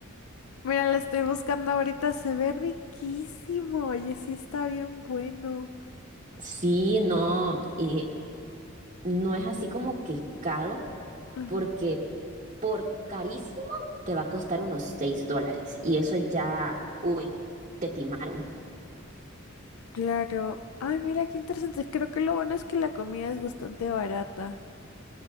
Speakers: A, on the left; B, on the right.
A: Mira, la estoy buscando ahorita, se ve riquísimo. Oye, sí está bien bueno.
B: Sí, no, y no es así como que caro,
A: Ujú.
B: porque por carísimo te va a costar unos 6 dólares, y eso ya, uy, te timaron.
A: Claro. Ay, mira, qué interesante. Creo que lo bueno es que la comida es bastante barata.